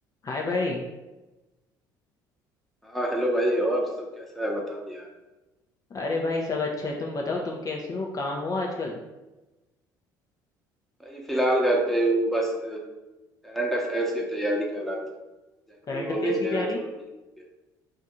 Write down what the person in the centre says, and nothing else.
हाँ हेलो भाई और सब कैसा है बताओ यार
भाई फिलहाल घर पे हूँ बस करंट अफेयर्स की तैयारी कर रहा था जनरल
नॉलेज
मेरा
थोड़ा वीक हो गया